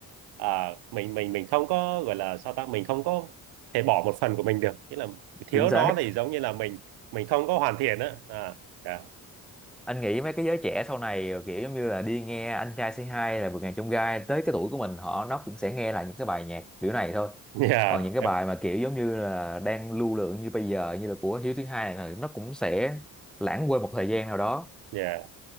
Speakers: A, on the right; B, in the centre.
A: à, mình mình mình không có gọi là sao ta mình không có thể bỏ một phần của mình được nghĩa là thiếu
B: chính xác
A: nó thì giống như là mình mình không có hoàn thiện á à yeah.
B: anh nghĩ mấy cái giới trẻ sau này ờ, kiểu giống như là đi nghe anh trai C2 là vượt ngàn chông gai tới cái tuổi của mình họ nó cũng sẽ nghe lại những cái bài nhạc kiểu này thôi
A: Yeah,
B: còn những cái
A: <laughs> em
B: bài mà kiểu giống như là đang lưu lượng như bây giờ như là của Hiếu thứ hai này là nó cũng sẽ lãng quên một thời gian nào đó
A: yeah.